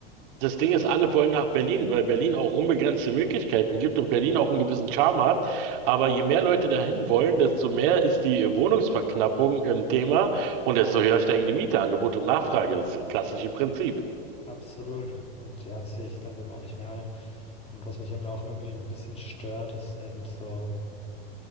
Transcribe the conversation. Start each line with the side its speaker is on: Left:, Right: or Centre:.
Right: Das Ding ist, alle wollen nach Berlin, weil Berlin auch unbegrenzte Möglichkeiten gibt und Berlin auch einen gewissen Charme hat. Aber je mehr Leute dahin wollen, desto mehr ist die Wohnungsverknappung ein Thema und desto höher steigen die Miete, Angebot und Nachfrage, das klassische Prinzip.
Left: Absolut. Und ja, das sehe ich langsam auch nicht mehr ein. Und was mich eben auch irgendwie ein bisschen stört, ist eben so,